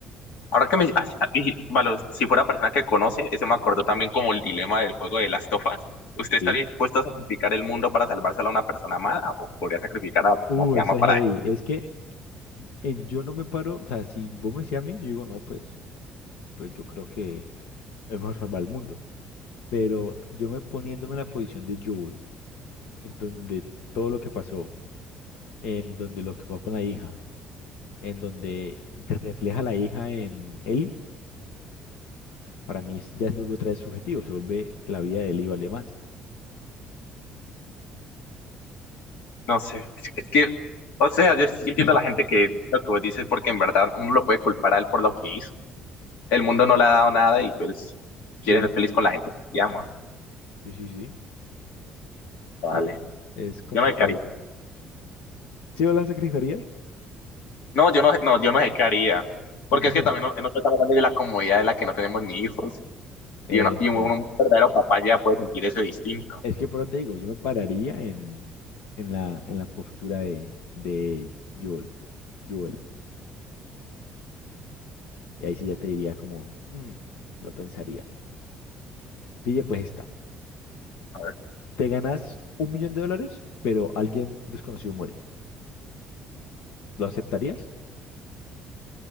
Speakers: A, on the left; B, on the left.
A: ahora que me... ah, sí, ah, y, vale, si fuera persona que conoce, ese me acordó también como el dilema del juego de las tofas. ¿Usted estaría
B: Sí.
A: dispuesto a sacrificar el mundo para salvárselo a una persona amada o podría sacrificar a la persona
B: Uh,
A: que
B: ese
A: ama
B: es
A: para...
B: heavy. Es que eh, yo no me paro, o sea, si vos me decís a mí, yo digo, no, pues, pues yo creo que es mejor salvar el mundo. Pero yo me poniéndome en la posición de Joel, en donde todo lo que pasó, en donde lo que pasó con la hija, en donde te refleja la hija en Ellie, para mí es- ya se vuelve otra vez subjetivo, se vuelve la vida de Ellie vale más.
A: No sé, es, es que... O sea, yo sí entiendo
B: <laughs>
A: a la gente que lo que vos dices porque en verdad uno lo puede culpar a él por lo que hizo. El mundo no le ha dado nada y pues
B: Sí,
A: quiere ser feliz con la gente que ama.
B: sí, sí, sí. Sí,
A: Vale.
B: es complicadito.
A: Yo no dejaría.
B: ¿Sí o las sacrificarías?
A: No, yo no, no, yo no dejaría. Porque
B: <laughs> Entonces,
A: es que también no, no estamos hablando de la comodidad en la que no tenemos ni hijos.
B: eh,
A: Y, uno,
B: espera.
A: y un, un verdadero papá ya puede sentir eso distinto.
B: es que por eso te digo, yo me pararía en, en la, en la postura de, de Joel, Joel. Y ahí sí ya te diría como, "Mm, lo pensaría. Pille, pues está.
A: A ver, o
B: Te ganas un millón de dólares, pero alguien desconocido muere. ¿Lo aceptarías?